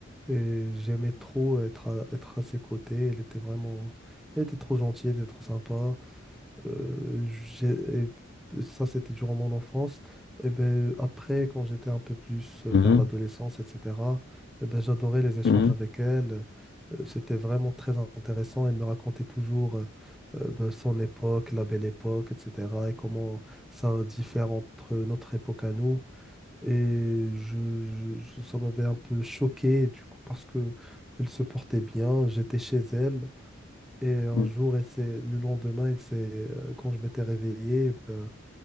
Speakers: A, in the centre; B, on the left.
A: Et j'aimais trop être à, être à ses côtés. Elle était vraiment... Elle était trop gentille, elle était trop sympa. Euh, j'ai- et ça, c'était durant mon enfance. Et ben, après, quand j'étais un peu plus vers
B: mhm,
A: l'adolescence, etc., eh ben, j'adorais les échanges
B: mhm,
A: avec elle. Euh, C'était vraiment très intéressant. Elle me racontait toujours euh, euh, ben, son époque, la belle époque, etc. Et comment ça diffère entre notre époque à nous. Et je, je- ça m'avait un peu choqué, du coup, parce que elle se portait bien, j'étais chez elle. Et un
B: mhm, mhm.
A: jour, elle s'est- le lendemain, elle s'est, euh, quand je m'étais réveillé, ben,